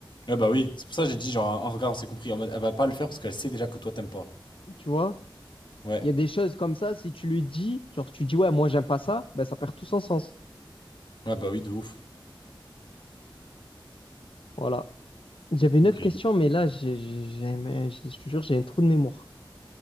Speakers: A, on the left; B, on the left.
A: Ouais, bah oui, c'est pour ça que j'ai dit, genre, un regard, on s'est compris. En mode, elle va pas le faire parce qu'elle sait déjà que toi, t'aimes pas.
B: Tu vois?
A: Ouais.
B: Il y a des choses comme ça, si tu lui dis, genre, tu dis, ouais, moi, j'aime pas ça, ben, ça perd tout son sens.
A: Ouais, bah oui, de ouf.
B: Voilà. J'avais une
A: Ok.
B: autre question, mais là, j'ai, j'ai- j'ai- mais je je te jure, j'ai un trou de mémoire.